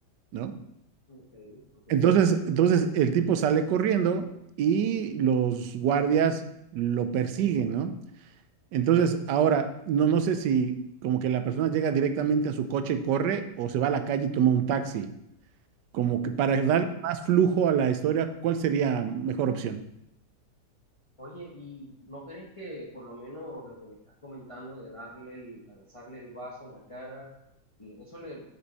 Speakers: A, on the right (about 70°); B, on the left (about 20°).
A: ¿no?
B: ok, ok,
A: Entonces, entonces el tipo sale corriendo y los guardias lo persiguen, ¿no? Entonces, ahora, no, no sé si como que la persona llega directamente a su coche y corre o se va a la calle y toma un taxi. Como que para
B: ok.
A: darle más flujo a la historia, ¿cuál sería mejor opción?
B: Oye, ¿y no crees que por lo menos lo que me estás comentando de darle el, lanzarle el vaso en la cara, y eso le